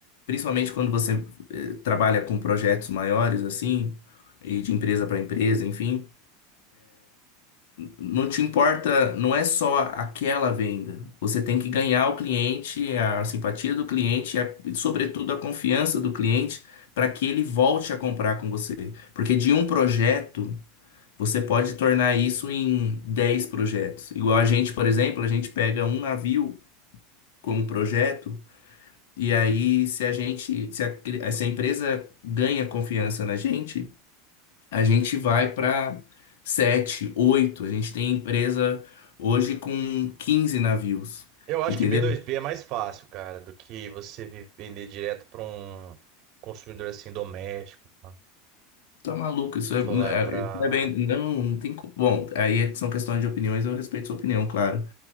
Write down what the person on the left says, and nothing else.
principalmente quando você eh, trabalha com projetos maiores, assim, e de empresa para empresa, enfim. Não te importa, não é só aquela venda. Você tem que ganhar o cliente, a simpatia do cliente e, a- e, sobretudo, a confiança do cliente para que ele volte a comprar com você. Porque de um projeto, você pode tornar isso em 10 projetos. Igual a gente, por exemplo, a gente pega um navio como projeto e aí se a gente, se a, se a empresa ganha confiança na gente, a gente vai para sete, oito. A gente tem empresa hoje com 15 navios.
Entendeu?
Tá maluco, isso é,
é-
isso não é bem. Não, não tem. co- Bom, aí é, são questões de opiniões, eu respeito sua opinião, claro.